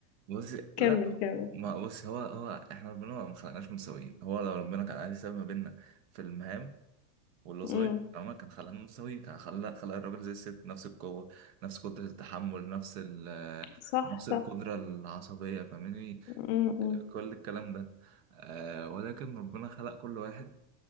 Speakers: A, on the right (about 55°); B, on the left (about 45°).
A: بص
B: <laughs>
A: لا
B: كمل كمل
A: ما بص هو هو احنا ربنا ما خلقناش متساويين هو لو ربنا كان عايز يساوي ما بيننا في المهام والوظائف
B: امم
A: عمر كان خلقنا متساويين كان خلق خلق الراجل زي الست نفس القوة نفس قدرة التحمل نفس ال
B: صح
A: نفس القدرة
B: صح
A: العصبية فاهمني
B: امم امم
A: كل الكلام ده آه ولكن ربنا خلق كل واحد